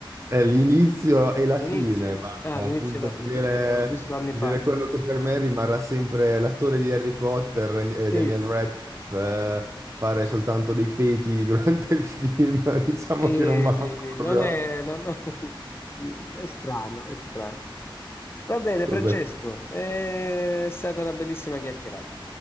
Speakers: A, on the right; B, on the left.
A: è l'inizio e la
B: L'inizio?
A: fine,
B: Ah,
A: ma
B: l'inizio
A: appunto
B: e la fine,
A: vedere,
B: sì, eh, l'ho visto anni
A: vedere
B: fa. non-
A: quello che per me rimarrà sempre l'attore di Harry Potter, eh,
B: Sì,
A: Daniel Radcliffe, eh, fare soltanto dei peti <laughs> durante il film, <laughs> diciamo
B: sì,
A: che non mi ha
B: sì,
A: fatto
B: sì,
A: proprio...
B: non è, non- non- <laughs> è strano, è strano. Va bene, Francesco,
A: Vabbè.
B: eh, è stata una bellissima chiacchierata.